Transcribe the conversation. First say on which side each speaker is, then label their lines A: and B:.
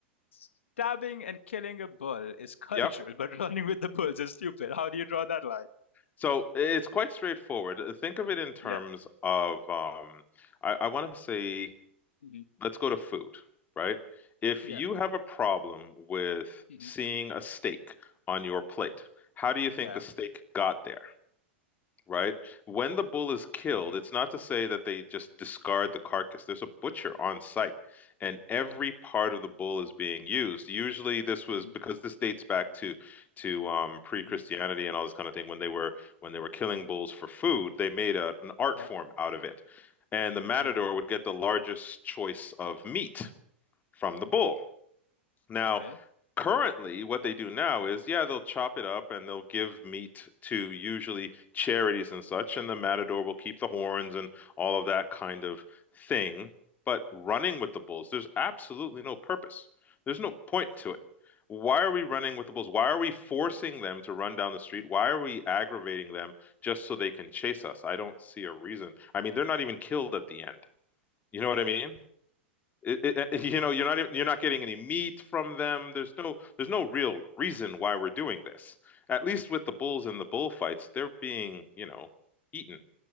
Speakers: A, on the left (about 80°); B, on the left (about 25°).
A: stabbing and killing a bull is <laughs> cultural,
B: yep.
A: but running with the bulls is stupid. How do you draw that line?
B: So it's quite straightforward. Uh, Think of it in terms
A: Yeah.
B: of, um, I, I want to say,
A: hmm
B: let's go to food, right? If
A: Yeah.
B: you have a problem with
A: hmm
B: seeing a steak on your plate, how do you think
A: Yeah.
B: the steak got there? right? When the bull is killed,
A: hmm
B: it's not to say that they just discard the carcass. There's a butcher on site, and every
A: hmm
B: part of the bull is being used. Usually, this was
A: hmm
B: because this dates back to to um, pre-Christianity
A: hmm
B: and all this kind of thing. When they were when they were killing bulls for food, they made a, an art
A: Yeah.
B: form out of it, and the matador
A: hmm
B: would get the largest choice of meat from the bull. Now,
A: Okay.
B: currently, what they do now is, yeah, they'll chop it up and they'll give meat to usually charities and such, and the matador will keep the horns and all of that kind of thing. But running with the bulls, there's absolutely no purpose. There's no point to it. Why are we running with the bulls? Why are we forcing them to run down the street? Why are we aggravating them just so they can chase us? I don't see a reason. I mean, they're not even killed at the end. You know what I mean? It, it, it- <laughs> you know, you're not even, you're not getting any meat from them. There's no there's no real reason why we're doing this. At least with the bulls and the bullfights, they're being, you know, eaten,